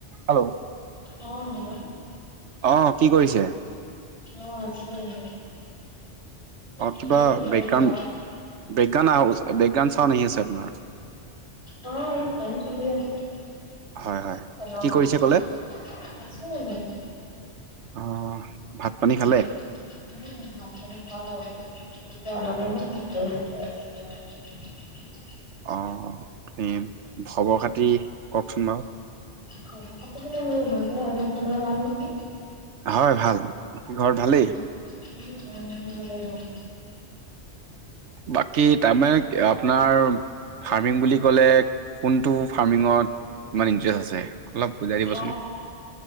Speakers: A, on the right (about 80°); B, on the left (about 25°).
A: Hello
B: অ হেল
A: অ কি কৰিছে?
B: অ, আছো এনে
A: অ,
B: তুমি
A: কিবা
B: কি কৰিছা
A: বেকগ্ৰাউন-বেকাগান আৱা হৈছে বেকগ্ৰাউন চাওন আহি আছে আপোনাৰ
B: অ এই ফেন চলি আছে।
A: হয় হয়
B: ফেনৰ
A: কি
B: মাতটো
A: কৰিছে ক'লে
B: শুনি পাইছে আছো এনে এতিয়া
A: অহ, ভাত পানী খালে?
B: উম উম ভাত পানী হৈ গল এতিয়া আলমান ৰেষ্ট লৈ আছিলো আও
A: অ উম খবৰ খাতি কওকচোন বাৰু
B: খবৰ খাটি মোৰ ভালেই, তোমাৰ ভাল নহয়?
A: হয় ভাল বাকী ঘৰত ভালেই
B: উম উম উম ভাল
A: বাকী তামানে আপোনাৰ ফাৰ্মিং বুলি ক'লে কোনটো ফাৰ্মিঙত ইমান ইণ্টেৰেষ্ট আছে? অলপ বুজাই দিবচোন
B: অ,